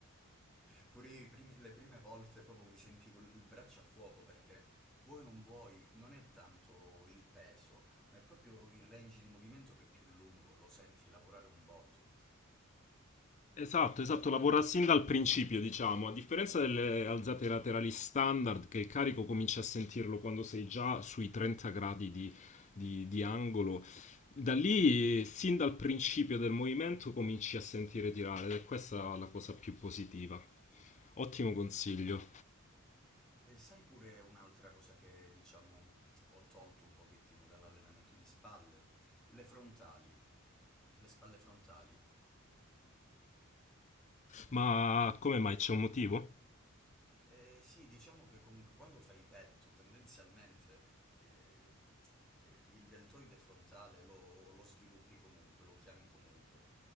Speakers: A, in the centre; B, on the left.
A: Pure i primi- le prime volte proprio mi sentivo il braccio a fuoco perché vuoi o non vuoi, non è tanto il peso, ma è proprio il range di movimento che è più lungo, lo senti lavorare un botto.
B: Esatto, esatto, lavora sin dal principio, diciamo, a differenza delle alzate laterali standard, che il carico cominci a sentirlo quando sei già sui 30 gradi di, di- di angolo, da lì, sin dal principio del movimento, cominci a sentire tirare, ed è questa la cosa più positiva. Ottimo consiglio,
A: E sai pure un'altra cosa che, diciamo, ho tolto un pochettino dall'allenamento di spalle? Le frontali, le spalle frontali.
B: ma come mai c'è un motivo?
A: Eh, sì, diciamo che comunque quando fai petto, tendenzialmente eh, eh, il deltoide frontale lo, lo sviluppi comunque, lo chiami comunque.